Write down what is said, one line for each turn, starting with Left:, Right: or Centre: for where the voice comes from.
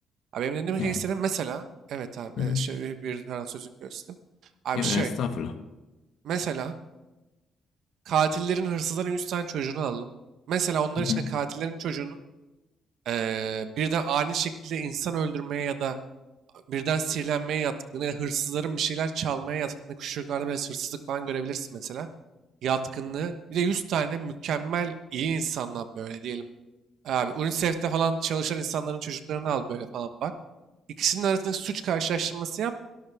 Right: Abi benim dediğim
Left: Yani,
Right: ki senin mesela evet abi
Left: hı
Right: e,
Left: hı.
Right: şey, bir, bir tane sözünü kestim. Abi
Left: Ya,
Right: şey
Left: estağfurullah.
Right: mesela katillerin hırsızların 100 tane çocuğunu alalım. Mesela onlar
Left: Hı
Right: için
Left: hı.
Right: de katillerin çocuğunun eee birden ani şekilde insan öldürmeye ya da birden sihirlenmeye yatkını, ya hırsızların bir şeyler çalmaya yatkını, küçükçuklarda böyle hırsızlık falan görebilirsin mesela. Yatkınlığı. Bir de 100 tane mükemmel iyi insandan böyle diyelim. Abi UNICEF'te falan çalışan insanların çocuklarını al böyle falan bak. İkisinin arasındaki suç karşılaştırması yap.